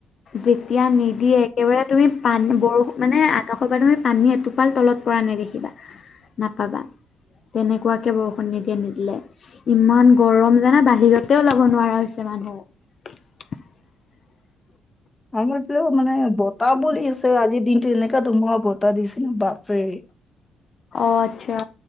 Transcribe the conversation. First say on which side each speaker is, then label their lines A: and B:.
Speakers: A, on the left; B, on the left.
A: যেতিয়া নিদিয়ে একেবাৰে তুমি পান বৰষুণ মানে আকাশৰ পৰা নহয় পানী এটোপাল তলত পৰা নেদেখিবা নাপাবা তেনেকুৱাকে বৰষুণ নিদিয়া নিদ ইমান গৰম জানা বাহিৰতে ওলাব নোৱাৰা হৈছে মানুহ উ
B: আমাৰও মানে বতাহ বুলি আছে আজিৰ দিনটো এনেককাে ধুমুহা বতাহ দিছে ন বাপ ফ্ৰে
A: অ আচ্ছা